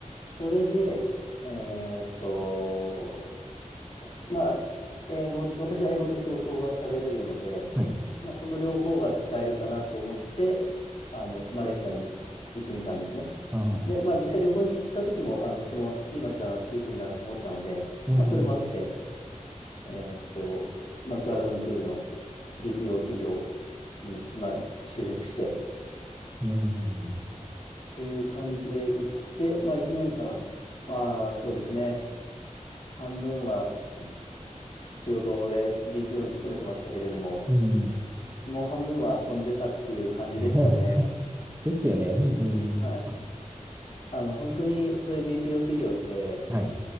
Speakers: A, on the left; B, on the right.
A: それで、えーっと、まあ、英語、私は英語と中国語が喋れるので、
B: はい。
A: まあ、その両方が使えるかなと思って、あの、マレーシアに行ってみたんですね。
B: ああ、
A: で、まあ、実際旅行に行った時も、あの、とてもいい街だな、いい国だなと思ったので、
B: うん。
A: まあ、それもあって、えーっと、まあ、クアラルンプールの BPO 企業に、まあ、就職して、
B: うん。
A: という感じで行って、まあ、1年間、まあ、そうですね、半分はし仕事で BPO に勤めてましたけれども、
B: うん。
A: もう半分は遊んでたっていう感じでしたね。
B: <laughs> ですよね。うん。
A: はい。
B: あ、
A: あの、本当にそういう BPO 企業って、
B: はい。